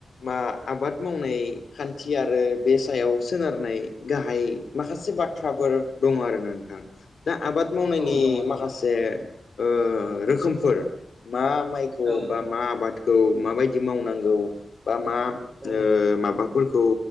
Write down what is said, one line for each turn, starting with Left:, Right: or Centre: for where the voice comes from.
Left: मा आबाद मावनाय खान्थि आरो बे सायाव सोनारनाय गाहाय माखासे बाथ्राफोर दङ आरो ना नोंथां दा आबाद मावनायनि
Right: औ दङ दङ
Left: माखासे
Right: औ
Left: ओ रोखोमफोर मा माइखौ
Right: औ
Left: बा मा आबाद औ माबायदि मावनांगौ बा मा ओ
Right: औ
Left: माबा फोरखौ